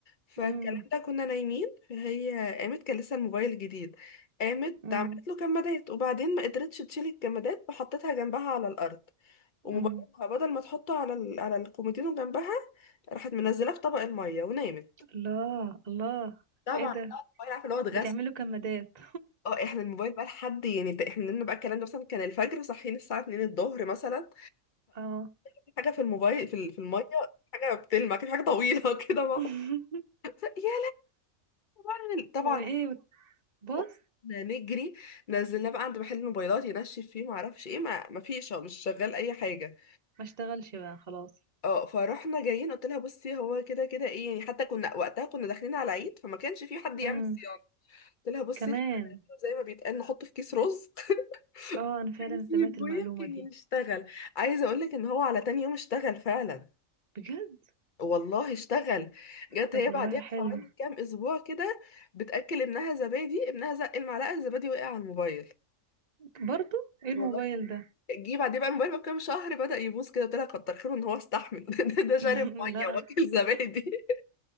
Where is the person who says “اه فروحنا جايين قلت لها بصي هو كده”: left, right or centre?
Left